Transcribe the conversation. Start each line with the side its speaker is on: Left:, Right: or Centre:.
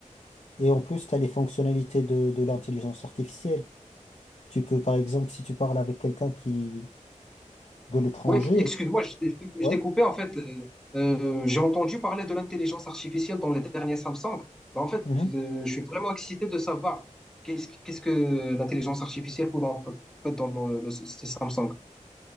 Left: Et en plus, tu as les fonctionnalités de, de l'intelligence artificielle. Tu peux, par exemple, si tu parles avec quelqu'un qui de l'étranger,
Centre: Oui, excuse-moi, je t'ai je
Left: ouais.
Centre: t'ai coupé. En fait, euh, euh, j'ai entendu parler de l'intelligence artificielle dans les derniers Samsung. Mais en fait,
Left: mhm.
Centre: euh, je suis vraiment excité de savoir qu'est-ce que qu'est-ce que l'intelligence artificielle pour dans, en fait, dans le, le- ces Samsung.